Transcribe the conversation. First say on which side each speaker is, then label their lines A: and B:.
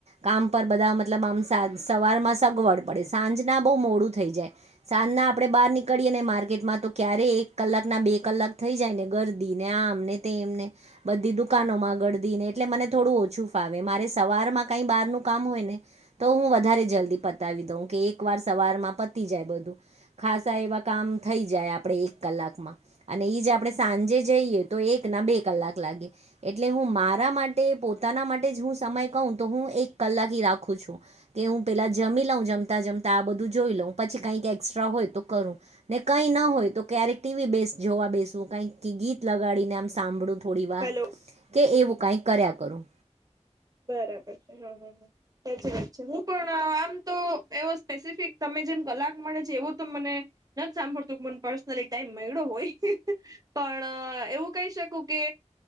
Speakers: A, on the right; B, on the right.
A: કામ પર બધા મતલબ આમ સવારમાં સગવડ પડે સાંજના બહુ મોડું થઈ જાય સાંજના આપળે બહાર નીકળીએને માર્કેટમાં તો ક્યારે એક કલાક ના બે કલાક થઈ જાય ને ગર્દીને આમને તેમને બધી દુકાનોમાં ગળધી ને એટલે મને થોડું ઓછું ફાવે મારે સવારમાં કઈ બારનું કામ હોય ને તો હું વધારે જલ્દી પતાવી દઉં કે એક વાર સવારમાં પતી જાય બધું ખાસા એવા કામ થઈ જાય આપણેે એક કલાકમાં અને ઈજ આપણે સાંજે જઈએ તો એક ના બે કલાક લાગે એટલે હું મારા માટે પોતાના માટે જ હું સમય કઉં તો હું એક કલાકી રાખું છું કે હું પેલાં જમી લઉં જમતાં જમતા આ બધું જોઈ લઉં પછી કાંઈક એક્સ્ટ્રા હોય તો કરું ને કઈ ન હોય તો ક્યારેક ટીવી બેસ્ટ જોવા બેશું કંઈક ગીત લગાડીને આમ સાંભળું થોડી વાર
B: હલો
A: કે એવું કાઇક કર્યા કરું
B: બરાબર છે, હ હ હ સાચી વાત છે, હું પણ આમ તો એવો સ્પેસિફિક તમે જેમ કલાક મળે છે, એવો તો મને નથ સાંભળતું મને પર્સનલી ટાઈમ મયળો હોય પણ એવું કહી શકું કે